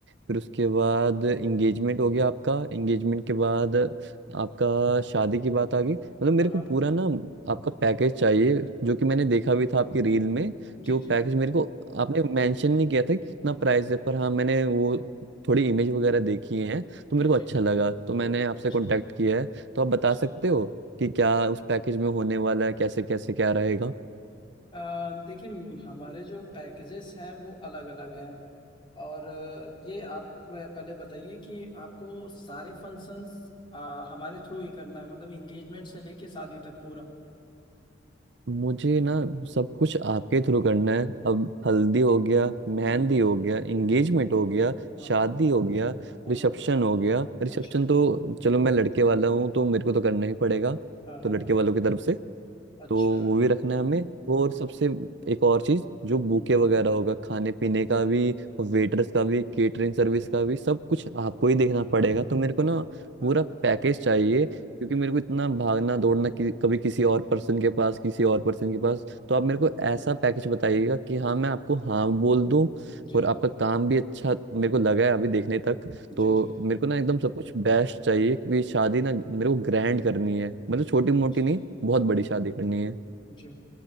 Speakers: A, on the right; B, on the left.
A: फिर उसके बाद एंगेजमेंट हो गया आपका एंगेजमेंट के बाद आपका शादी की बात आ गई मतलब मेरे
B: हाँ हाँ
A: को पूरा ना आपका पैकेज चाहिए जो कि मैंने देखा भी था आपकी रील में
B: जी
A: कि वो
B: जी
A: पैकेज मेरे को आपने मेंशन नहीं किया था कि कितना प्राइस है पर हाँ मैंने वो थोड़ी इमेज वगैरह देखी है तो
B: जी
A: मेरे
B: जी
A: को अच्छा
B: जी
A: लगा तो मैंने आपसे
B: अच्छा
A: कांटेक्ट किया है तो आप बता
B: अच्छा
A: सकते हो कि क्या उस पैकेज में होने वाला है कैसे कैसे क्या रहेगा
B: आ, देखिए हमारे जो पैकेजेस हैं वो अलग अलग हैं और आ, ये आप पहले बताइए कि आपको सारे फंक्शंस आ, हमारे थ्रू ही करना है मतलब इंगेजमेंट से लेके शादी तक पूरा
A: मुझे ना सब कुछ आपके थ्रू करना है अब हल्दी हो गया मेहंदी
B: हम्म
A: हो गया एंगेजमेंट हो गया
B: हाँ
A: शादी
B: हाँ
A: हो गया
B: हाँ
A: रिसेप्शन
B: हाँ
A: हो गया रिसेप्शन
B: अच्छा
A: तो चलो मैं लड़के वाला हूँ तो मेरे को तो करना ही पड़ेगा
B: हाँ हाँ
A: तो लड़के
B: हाँ
A: वालों की तरफ से
B: अच्छा
A: तो वो भी रखना है हमें और सबसे
B: हम्म
A: एक और चीज जो
B: हम्म,
A: बुके वगैरह होगा खाने पीने का भी वेटर्स का भी केटरिंग सर्विस का भी सब कुछ आपको ही देखना पड़ेगा तो मेरे को ना
B: हाँ
A: पूरा
B: हाँ
A: पैकेज चाहिए क्योंकि मेरे को इतना भागना दौड़ना कि, कभी किसी और पर्सन के पास किसी और पर्सन के पास तो आप मेरे
B: हम्म
A: को
B: हम्म,
A: ऐसा पैकेज बताइएगा कि हाँ मैं आपको हाँ बोल दूं
B: जी
A: और आपका काम भी अच्छा मेरे को लगा है अभी देखने तक तो
B: जी जी
A: मेरे को ना एकदम सब कुछ बेस्ट चाहिए क्योंकि शादी ना मेरे को ग्रैंड करनी है मतलब छोटी मोटी
B: अच्छा
A: नहीं बहुत बड़ी शादी करनी है
B: जी